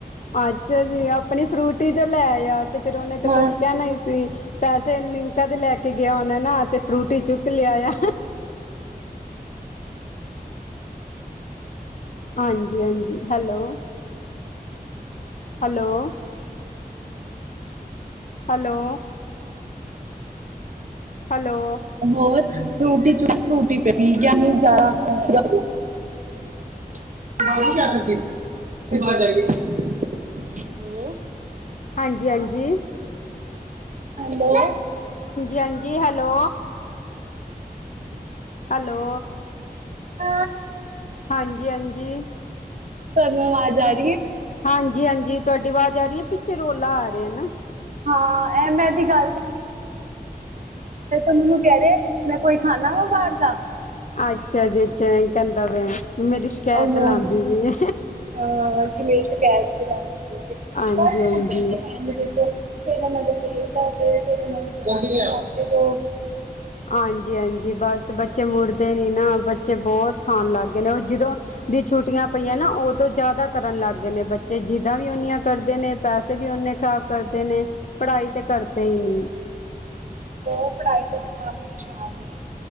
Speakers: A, on the left; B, on the right.
A: ਅੱਛਾ ਜੀ, ਆਪਣੀ ਫਰੂਟੀ 'ਤੇ ਲੈ ਆ। 'ਤੇ ਫ਼ਿਰ ਉਹਨੇ ਤਾਂ
B: ਹਾਂ
A: ਕੁਛ ਕਹਿਣਾ ਹੀ ਸੀ, ਪੈਸੇ ਲਿੰਮਕਾ ਦੇ ਲੈ ਕੇ ਗਿਆ ਹੋਣਾ ਨਾ 'ਤੇ ਫਰੂਟੀ ਚੂ ਕ ਚੁੱਕ ਲਿਆਇਆ। ਹਾਂਜੀ, ਹਾਂਜੀ ਹੈਲੋ। ਹੈਲੋ, ਹੈਲੋ, ਹੈਲੋ,
B: ਹੋਰ ਫਰੂਟੀ ਚੁੱਕ ਫਰੂਟੀ ਫਿਰ ਪੀ ਗਿਆ ਨੀ ਜ਼ਿਆਦਾ ਤੂੰ ਬਾਹਰ ਨੀ ਜਾ ਸਕਦੀ, ਕੇ ਬਾਹਰ ਜਾਈਏ, ਹੈਲੋ
A: ਹਾਂਜੀ-ਹਾਂਜੀ,
B: ਹੈਲੋ,
A: ਹਾਂਜੀ ਹੈਲੋ ਹੈਲੋ,
B: ਅ
A: ਹਾਂਜੀ ਹਾਂਜੀ
B: ਤਾਂ ਮੈਂ ਆ ਜਾ <unintelligible>
A: ਹਾਂਜੀ ਹਾਂਜੀ ਤੁਹਾਡੀ ਆਵਾਜ਼ ਆ ਰਹੀ ਹੈ ਪਿੱਛੇ ਰੋਲਾ ਆ ਰਿਹਾ ਨਾ
B: ਹਾਂ ਐਵੇੈਂ ਦੀ ਗੱਲ ਤ ਮੈਨੂੰ ਕਹਿ ਰਹੇ ਮੈਂ ਕੋਈ ਖਾਂਦਾ ਵਾ ਬਾਹਰ ਦਾ
A: ਅੱਛਾ ਜੇ ਚੇਨ ਕਹਿੰਦਾ ਪਿਆ ਮੇਰੀ ਸ਼ਿਕਾਇਤ
B: ਦਾ
A: ਲਾਉਂਦੀ ਵੀਈ
B: ਹਾਂ ਕਿ ਮੇਰੀ ਸ਼ਿਕਾਇਤ ਕਿਉ ਲਾਉਣੀ ਚਾਹੀਏ
A: ਹਾਂਜੀ
B: ਬ
A: ਹਾਂਜੀ
B: ਤੇ ਦੇਖੋ ਫੇਰ ਉਹਨਾਂ ਦੇ ਪੇਰ ਦਾਰਦੇ ਫਿਰ ਉਹਨਾਂ ਨੂੰ ਦਗੇ ਦੋ
A: ਹਾਂਜੀ ਹਾਂਜੀ ਬਸ ਬੱਚੇ ਮੁੜਦੇ ਨੀ ਨਾ ਬੱਚੇ ਬਹੁਤ ਖਾਣ ਲੱਗ ਗਏ ਨੇ ਉਹ ਜਦੋਂ ਦੀ ਛੁੱਟੀਆਂ ਪਈਆਂ ਨਾ ਉਦੋਂ ਜ਼ਿਆਦਾ ਕਰਨ ਲੱਗ ਗਏ ਨੇ ਬੱਚੇ ਜਿੱਦਾਂ ਵੀ ਓਨੀਆਂ ਕਰਦੇ ਨੇ ਪੈਸੇ ਵੀ ਨੇ ਖ਼ਰਾਬ ਕਰਦੇ ਨੇ ਪੜ੍ਹਾਈ ਤੇ ਕਰਦੇ ਹੀ ਨਹੀਂ
B: ਉਹ ਪੜ੍ਹਾਈ ਤੇ ਤੇ ਨਾਮ ਦੀਸ਼ਾਨ ਨਹੀਂ ਹੈ